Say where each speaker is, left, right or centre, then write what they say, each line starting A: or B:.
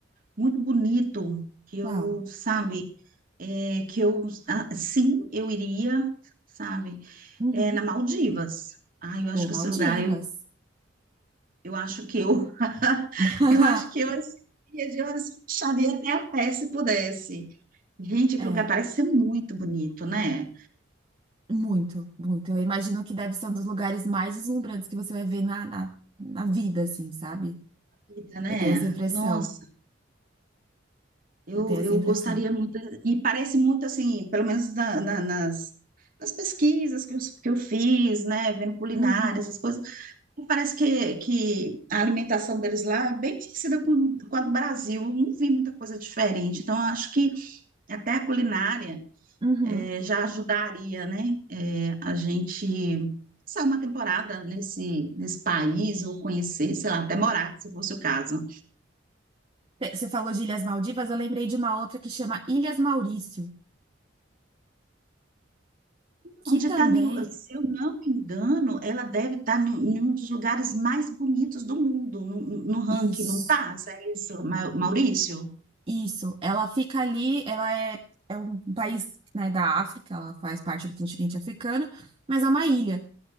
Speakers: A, on the right; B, on the right.
A: muito bonito, que eu,
B: Uau.
A: sabe, é, que eu, ah, sim, eu iria, sabe,
B: Uhum.
A: é, na Maldivas. Ah, eu
B: Pô,
A: acho que
B: Maldivas.
A: esse lugar, eu, eu acho que eu, <laughs>
B: <laughs>
A: eu acho que eu, esse dia de horas, fecharia até a pé se pudesse. Gente, aquele
B: É,
A: lugar parece ser muito bonito, né?
B: muito, muito. Eu imagino que deve ser um dos lugares mais deslumbrantes que você vai ver na, na, na vida, assim, sabe?
A: Vida, né?
B: Eu tenho essa impressão.
A: Nossa, eu,
B: Eu tenho
A: eu
B: essa impressão.
A: gostaria muito. E parece muito assim, pelo menos na- na- nas, nas pesquisas que eu, que eu fiz, né? Vendo culinária,
B: Uhum,
A: essas coisas. E Parece que, que a alimentação deles lá é bem parecida com, com a do Brasil. Eu não vi muita coisa diferente. Então, eu acho que até a culinária.
B: uhum.
A: eh, já ajudaria, né, eh, a gente passar uma temporada nesse, nesse país ou conhecer, sei lá, até morar, se fosse o caso.
B: Te- Você falou de Ilhas Maldivas, eu lembrei de uma outra que chama Ilhas Maurício, que
A: Onde
B: também.
A: está, se eu não me engano, ela deve estar em um em um dos lugares mais bonitos do mundo, no, no ranking,
B: Isso,
A: não tá? Segue isso, Ma- Maurício?
B: isso. Ela fica ali, ela é, é um país, né, da África, ela faz parte do continente africano, mas é uma ilha.